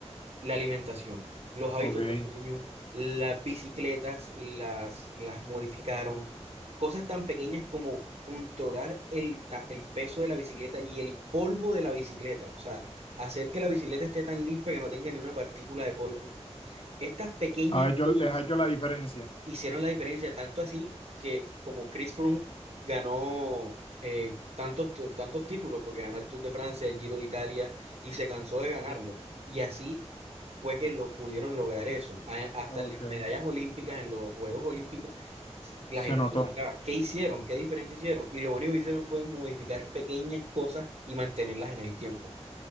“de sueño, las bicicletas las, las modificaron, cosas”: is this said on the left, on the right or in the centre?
Right